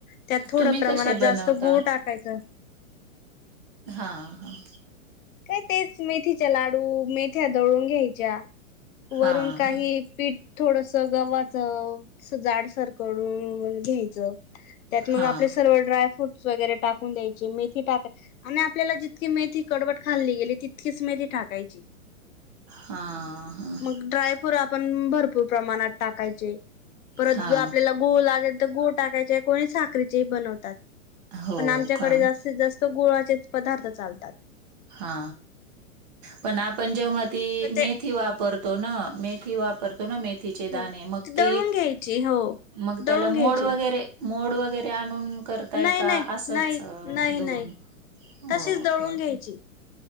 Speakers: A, on the left; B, on the right.
A: त्यात थोड
B: तुम्ही
A: प्रमाणात
B: कसे बनवता
A: जास्त गूळ टाकायचं.
B: हा हा
A: काय तेच मेथीच्या लाडू, मेथ्या दळून घ्यायच्या. वरून
B: हा
A: काही पीठ थोडसं गव्हाच असं जाडसर करून घ्यायचं. त्यात मग
B: हा
A: आपले सर्व ड्राय फ्रूट्स वगैरे टाकून द्यायचे मेथी टाकाय आणि आपल्याला जी की मेथी कडबट खाल्ली गेली, तितकीच मेथी ठाकायची.
B: हा हा
A: मग ड्रायफ्रूर आपण भरपूर प्रमाणात टाक कायचे, परत
B: हा
A: ज आपल्याला गुळ लागेल तर गुळ टाकायचे, कोणी साखरेचे बनवतात.
B: हो
A: पण आमच्याकडे
B: का
A: जास्तीत जास्त गुळाचेच पदार्थ चालतात.
B: हा पण आपण जेव्हा ती
A: तर ते
B: मेथी वापरतो ना मेथी वाप मथी द
A: हो
B: मग
A: दळून घ्यायची हो
B: मग
A: दळून
B: त्या
A: घ्यायचे
B: मोड वगरे मोड व वगैरे आणून करताय
A: नाही
B: का
A: नाही
B: असच
A: नाही नाही
B: धुऊन
A: नाही तशीच
B: ओके
A: दळून
B: ओके.
A: घ्यायची